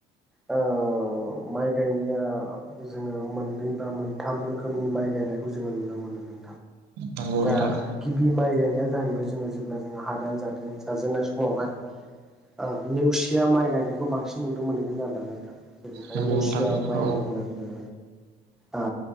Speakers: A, in the centre; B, on the right.
A: ओ अ माइ गायनाया जोङो मोननै बा मोनथाम रोखोमनि माइ गायनायखौ जोङो नुनो मोनो
B: नंगौ नोंथां
A: दा गिबि माइ गाय खोथाया जाहैबाय जोङो जेब्ला जोङो हादान जादों जाजेननाय समावहाय, ओ नेवसिया माइ गायनायखौ बांसिन नुनो मोनोमोन आरो ना नोंथां, जेरैहाय
B: नंगौ
A: नेवसिया
B: नोंथां
A: माइ
B: औ
A: होनोब्ला जोङो, ओ